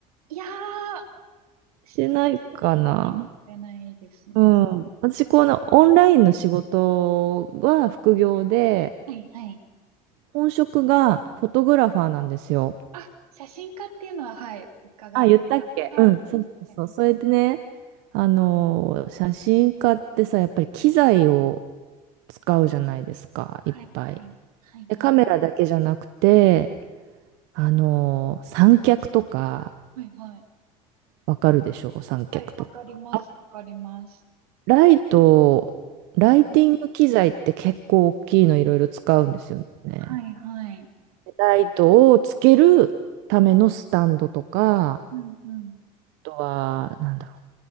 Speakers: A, on the right; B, on the right.
A: いやー、してない
B: してないかな。
A: じゃないですね。
B: うん。私、このオンラインの仕事は副業で、
A: はいはい。
B: 本職がフォトグラファーなんですよ。
A: あ、写真家っていうのは、はい、伺いまし
B: あ、言ったっけうん、
A: た。はい、すいません
B: そうそうそう。それでね、あのー、写真家ってさ、やっぱり機材を使うじゃないですか、
A: はいはい。
B: いっぱい。
A: はいはい。
B: で、カメラだけじゃなくて、あのー、三脚とか、
A: はいはい。
B: わかるでしょう、三脚とか。
A: はい、わかります、
B: あ、
A: わかります。
B: ライト、ライティング機材って結構大きいのいろいろ使うんですよね。
A: はい、はい。
B: ライトをつけるためのスタンドとか、
A: うん、
B: あ
A: うん。
B: とは、なんだろ